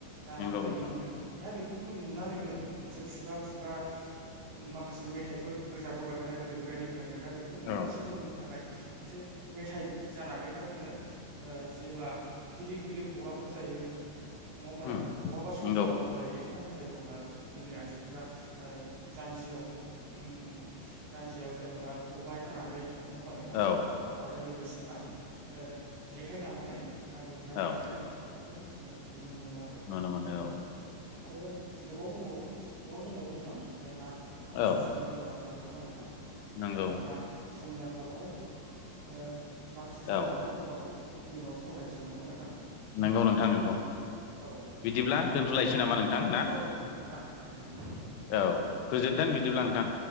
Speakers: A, on the right; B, on the left.
A: ना
B: नंगौ
A: गुरहैयोमोन
B: नोंथां
A: दा बेफोरखौ नुनानैनो मोनसे खुगा खुगा माखासे मेथाइफोर रोजाबबोबाय थानाय गोदो गोदायनिफ्रायनो दा बेफोरबो
B: औ
A: मोनसे जोंनि थाखाय मोनसे मेथाइ जानानै दा जोङो ओ जेब्ला गिदिर गिदिर पग्रामफोर जायो नङा होमबा नोंथां
B: उम
A: बहाबा स
B: नंगौ
A: खालामनांगौ जायो देखायनांगौ जायो अब्ला जोंनि आइजोफोरा ओ जानजियाव उ जान्जियाव जेनेबा खबाइ खानानै नङा होमबा नोंथां
B: औ
A: आरो लोगोसे मा ओ जेखाइ लानानै ना गुरनाय
B: औ
A: देखायनाय बेफोरखौ जोङो नुनो मोनो आरो
B: नुनो
A: नङा होबा
B: मोनो
A: नोंथां
B: औ
A: आरो गोबाव दंबावो गोबां दंबावो नोंथां जोंहा माखासे
B: औ
A: समनिबो आं खाल नङा होमबा नोंथां
B: नंगौ
A: जोंहा समनि आंखालावहाय ओ माखासे सावरायबावनांगौ
B: औ
A: दंबाबो इयुनाव सावरायसिगोन नङा होमबा नोंथां
B: नंगौ नोंथां नंगौ
A: औ नोंथां
B: बिदिब्ला
A: थारैनो
B: दोनथ'लायसै नामा नोंथां ना
A: औ नोंथां थारैनो
B: औ गोजोनथों बिदिब्ला नोंथां